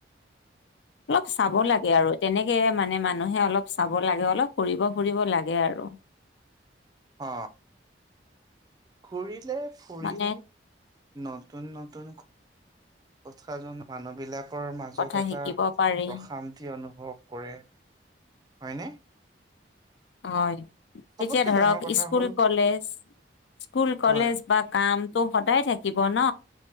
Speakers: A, on the left (about 75°); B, on the right (about 20°).
A: অলপ চাব লাগে আৰু তেনেকে মানে মানুহে অলপ চাব লাগে অলপ ফুৰিব ফুৰিব লাগে আৰু।
B: অ খুৰী ফুৰিলে
A: মানে
B: নতুন নতুন কথা মানুহবিলাকৰ মাজত
A: কথা
B: এটা
A: শিকিব পাৰি,
B: প্ৰশান্তি অনু ভৱ কৰে হয়নে?
A: হয়
B: চবতকে
A: এতিয়া ধৰক
B: ডাঙৰ কথা
A: স্কুল
B: হ'ল
A: কলেজ, স্কুল কলেজ
B: হয়
A: বা কাম ত সদায় থাকিব ন